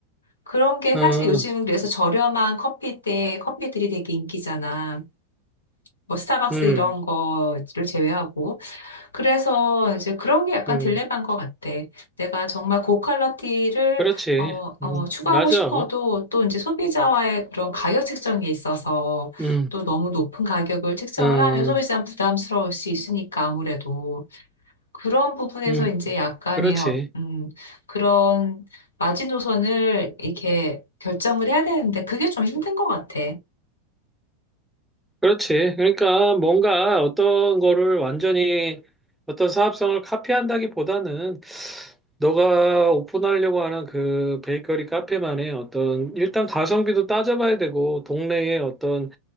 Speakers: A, on the left (about 80°); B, in the centre.
A: 그런 게
B: 어,
A: 사실 요즘 그래서 저렴한 커피대 커피들이 되게 인기잖아. 뭐 스타벅스
B: 음,
A: 이런 거를 제외하고. 그래서 이제 그런 게 약간
B: 음,
A: 딜레마인 것 같아. 내가 정말 고퀄리티를
B: 그렇지.
A: 어, 어,
B: 음,
A: 추구하고
B: 맞아.
A: 싶어도
B: 어,
A: 또 이제 소비자와의 그런 가격 책정이 있어서
B: 음,
A: 또 너무 높은 가격을 책정을
B: 응
A: 하면 소비자는 부담스러울 수 있으니까 아무래도 그런 부분에서
B: 음,
A: 이제 약간의
B: 그렇지.
A: 어- 음, 그런 마지노선을 이렇게 결정을 해야 되는데 그게 좀 힘든 것 같아.
B: 그렇지. 그러니까 뭔가 어떤 거를 완전히 어떤 사업성을 카피한다기보다는 너가 오픈하려고 하는 그 베이커리 카페만의 어떤 일단 가성비도 따져봐야 되고 동네의 어떤